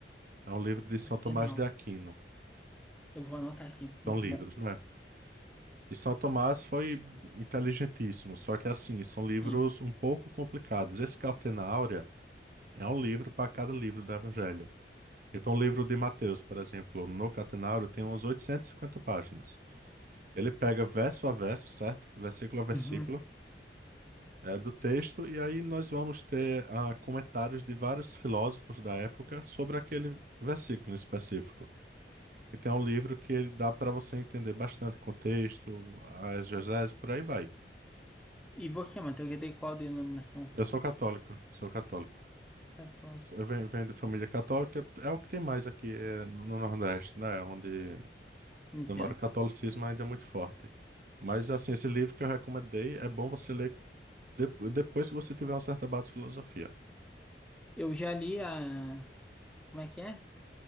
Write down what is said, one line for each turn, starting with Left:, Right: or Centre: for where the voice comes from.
Right: É um livro de São
Centre: Afinal,
Right: Tomás de Aquino.
Centre: eu vou anotar aqui. Muito
Right: São livros,
Centre: bom.
Right: né? E São Tomás foi inteligentíssimo, só que assim, são livros
Centre: Sim.
Right: um pouco complicados. Esse Catena Áurea é um livro para cada livro do Evangelho. Então, o livro de Mateus, por exemplo, no Catenário, tem umas 850 páginas. Ele pega verso a verso, certo? Versículo a versículo,
Centre: Uhum.
Right: é, do texto, e aí nós vamos ter ah, comentários de vários filósofos da época sobre aquele versículo em específico. Então, é um livro que ele dá para você entender bastante contexto, a exegese, por aí vai.
Centre: E você, Matheus, já tem qual denominação?
Right: Eu sou católico, sou católico.
Centre: Católica.
Right: Eu venho, venho de família católica, é o que tem mais aqui eh, no Nordeste, né? Onde
Centre: Entendo.
Right: Não, mas o catolicismo ainda é muito forte. Mas, assim, esse livro que eu recomendei é bom você ler de- depois que você tiver uma certa base de filosofia.
Centre: Eu já li a... Como é que é?